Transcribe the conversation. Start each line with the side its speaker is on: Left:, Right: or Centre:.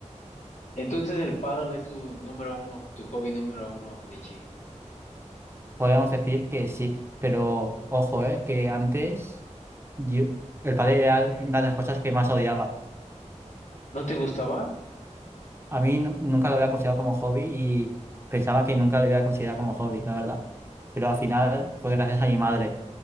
Left: Entonces el paddle es tu número uno, tu hobby número uno, Linchi.
Right: podríamos decir que sí, pero ojo, ¿eh? Que antes yo, el padre era una de las cosas que más odiaba.
Left: ¿No te gustaba?
Right: A mí nu- nunca lo había considerado como hobby y pensaba que nunca lo había considerado como hobby, la verdad. Pero al final fue gracias a mi madre